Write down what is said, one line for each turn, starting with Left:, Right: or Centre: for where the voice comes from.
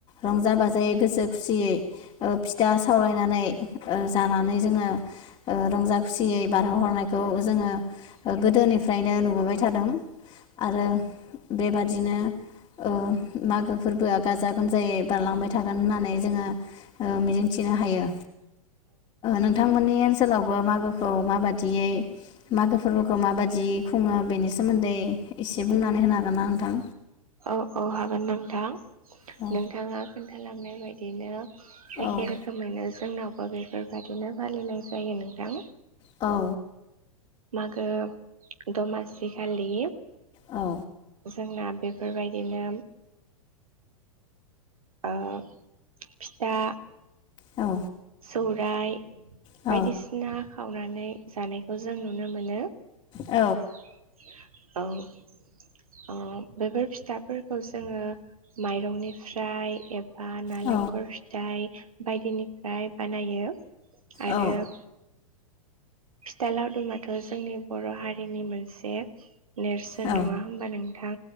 Left: रंजा बाजायै गोसो खुसियै फिथा सावलायनानै जानानै जोङो रंजा खुसियै बारहोह जोङो गोदोनिफ्रायनो खुंबोबाय थादों। आरो बेबादिनो ओ मागो फोरबोआ गाजा गोमजायै बारलांबाय थागोन होननानै जोङो मिजिंथिनो हायो नोंथांमोनि ओनसोलावबो मागो माबायदियै मागो फोरबोखौ माबायदियै खुङो बेनि सोमोन्दै एसे बुंनानै होनो हागोन ना नोंथां?
Right: औ औ हागोन नोंथां
Left: औ
Right: नोंथाङा खिथालांनाय बायदिनो एखे
Left: औ
Right: रोखोमैनो जोंनावबो बेफोरबायदिनो फालिनाय जायो नोंथां।
Left: औ
Right: मागो दमासि खालि
Left: औ
Right: जोंना बेफोरबायदिनो ओ फिथा
Left: औ
Right: सौराइ
Left: औ
Right: बायदिसिना सावनानै जानायखौ जों नुनो मोनो।
Left: औ
Right: <inaudible> औ अ बेफोर फिथाफोरखौ जोङो माइरंनिफ्राय ए बा नालेंखर
Left: औ
Right: फिथाइ, बायदिनि फ्राय बानायो, आरो
Left: औ
Right: फिथा लावदुमाथ' जोंनि बर' हारिनि मोनसे। नेरसोन
Left: औ
Right: नङा होमबा नोंथा?।